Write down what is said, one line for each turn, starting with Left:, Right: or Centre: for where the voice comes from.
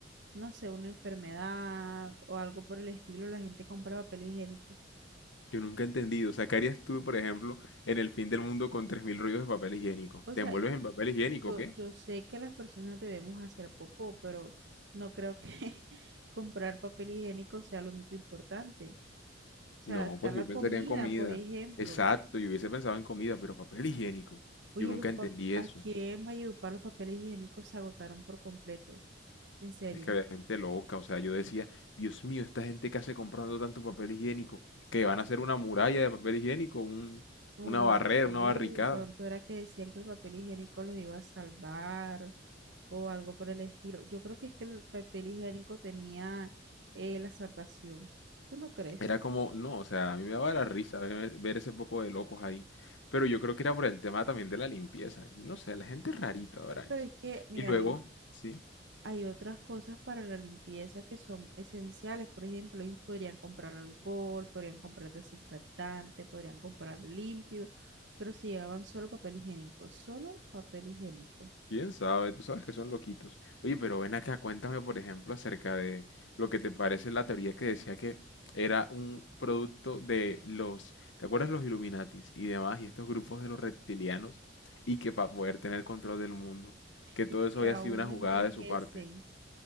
Right: no sé, una enfermedad o algo por el estilo, la gente compra papel higiénico.
Left: Yo nunca he entendido. O sea, ¿qué harías tú, por ejemplo, en el fin del mundo con 3.000 rollos de papel higiénico?
Right: O
Left: ¿Te
Right: sea,
Left: envuelves en papel higiénico,
Right: yo,
Left: o qué?
Right: yo sé que las personas debemos hacer popó, pero no creo que <laughs> comprar papel higiénico sea lo único importante. O sea,
Left: No,
Right: está
Left: pues
Right: la
Left: yo pensaría
Right: comida,
Left: en comida.
Right: por ejemplo.
Left: Exacto, yo hubiese pensado en comida, pero papel higiénico.
Right: Oye,
Left: Yo nunca
Right: los pap-
Left: entendí
Right: aquí
Left: eso.
Right: en Valledupar los papeles higiénicos se agotaron por completo. En serio.
Left: Es que había gente loca. O sea, yo decía, Dios mío, esta gente que hace comprando tanto papel higiénico, que van a hacer una muralla de papel higiénico, un-
Right: O
Left: una
Right: no
Left: barrera,
Right: sé,
Left: una
Right: de
Left: barricada.
Right: pronto era que decían que el papel higiénico los iba a salvar o algo por el estilo. Yo creo que es que el papel higiénico tenía eh, la salvación. ¿Tú no crees?
Left: Era como, no, o sea, a mí me daba la risa ver, ver ese poco de locos ahí. Pero yo creo que era por el tema también de la limpieza. No sé, la gente es rarita, Doranis.
Right: Pero es que, mira,
Left: Y luego,
Right: bien,
Left: sí,
Right: hay otras cosas para la limpieza que son esenciales. Por ejemplo, ellos podrían comprar alcohol, podrían comprar desinfectante, podrían comprar límpido, pero se llevaban solo papel higiénico, solo papel higiénico.
Left: quién sabe, tú sabes que son loquitos. Oye, pero ven acá, cuéntame, por ejemplo, acerca de lo que te parece la teoría que decía que era un producto de los, ¿te acuerdas los Illuminatis y demás, y estos grupos de los reptilianos? Y que para poder tener control del mundo, que todo
Right: Y
Left: eso
Right: que
Left: había
Right: aún
Left: sido una
Right: no
Left: jugada
Right: envejecen.
Left: de su parte.